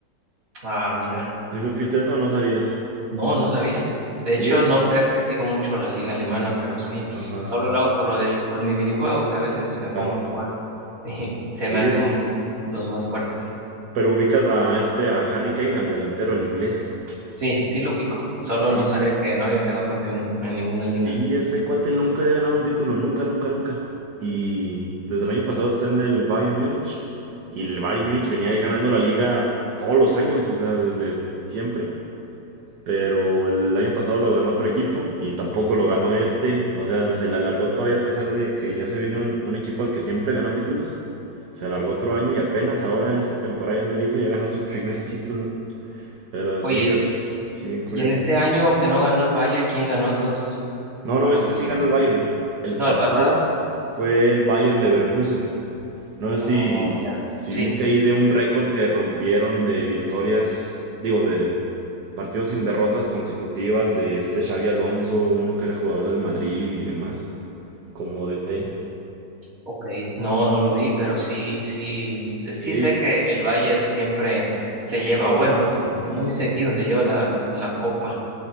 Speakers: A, on the right; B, on the right.
A: Ah, mira.
B: ¿Sí supiste eso o no sabías?
A: No, no sabía. De
B: Sí,
A: hecho,
B: es
A: no
B: un...
A: creas que sigo mucho la liga alemana, pero sí,
B: Ajá,
A: solo lo hago por lo del, por mi videojuego, que a veces me
B: claro.
A: pongo a jugar. <laughs> Y se
B: Sí,
A: me hacen
B: es...
A: los más fuertes.
B: Pero ubicas a este, a Harry Kane, al delantero, al inglés.
A: Sí, sí lo ubico. Solo
B: Sí,
A: no sabía que no había quedado campeón en ninguna
B: sí,
A: liga.
B: ese cuate nunca había ganado un título, nunca, nunca, nunca. Y desde el año pasado está en el Bayern Múnich. Y el Bayern Múnich venía ahí ganando la liga todos los años, o sea, desde siempre. Pero el año pasado lo ganó otro equipo y tampoco lo ganó este. O sea, se le alargó todavía a pesar de que ya se vino un, un equipo al que siempre ganaba títulos. Se alargó otro año y apenas ahora esta temporada ya se le hizo y ya <laughs> ganó su primer título. Pero
A: Oye,
B: sí, es sí bien curioso.
A: ¿y en este año que no ganó el Bayern, quién ganó entonces?
B: No, no,
A: ¿Borussia?
B: este sí ganó el Bayern. El
A: No,
B: pasado
A: el pasado.
B: fue el Bayer Leverkusen. No sé
A: Oh,
B: si,
A: ya.
B: si
A: Sí,
B: viste ahí de un récord que rompieron de victorias, digo, de partidos sin derrotas consecutivas de este Xavi Alonso, uno que era jugador del Madrid y demás, como DT.
A: ok. No, no lo vi, pero sí, sí, sí
B: Sí,
A: sé que el Bayern siempre se lleva,
B: es de
A: o bueno,
B: los más fuertes.
A: muy seguido se lleva la, la copa,